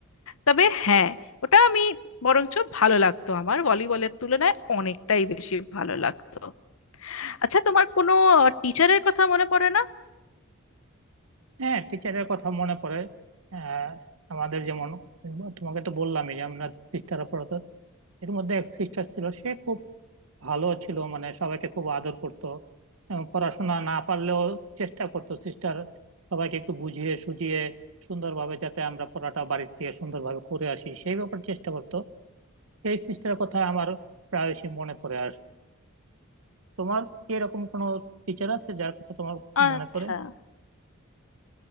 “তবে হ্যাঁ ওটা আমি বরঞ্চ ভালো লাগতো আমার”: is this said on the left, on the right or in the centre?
Left